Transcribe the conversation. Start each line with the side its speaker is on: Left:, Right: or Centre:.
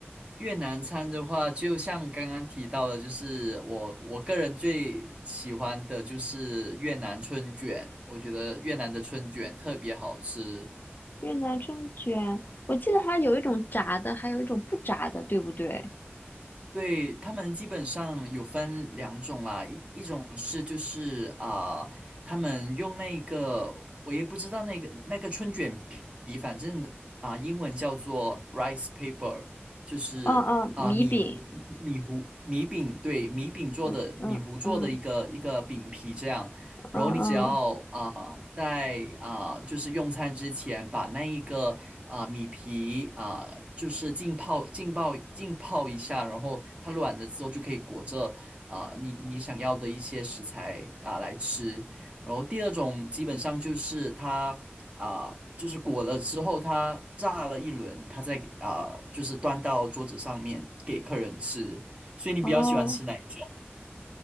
Right: 越南餐的话，就像刚刚提到的，就是我我个人最喜欢的就是越南春卷，我觉得越南的春卷特别好吃。
Left: 越南春卷，我记得它有一种炸的，还有一种不炸的，对不对？
Right: 对，他们基本上有分两种啦，一一种是就是啊、他们用那个我也不知道那个那个春卷皮，反正啊、英文叫做 rice paper，就是啊、
Left: 嗯嗯，米饼，
Right: 米糊米糊米饼，对，米饼做的米糊做的一个一个饼皮这样。
Left: 嗯嗯嗯
Right: 然后你只要啊、
Left: 嗯嗯，
Right: 在啊、就是用餐之前把那一个啊、米皮啊、就是浸泡、浸泡、浸泡一下，然后它软了之后就可以裹着啊、你你想要的一些食材啊、来吃。然后第二种基本上就是它啊、就是裹了之后它炸了一轮，它再啊、就是端到桌子上面给客人吃。所以你比较喜欢吃哪一种？
Left: 哦，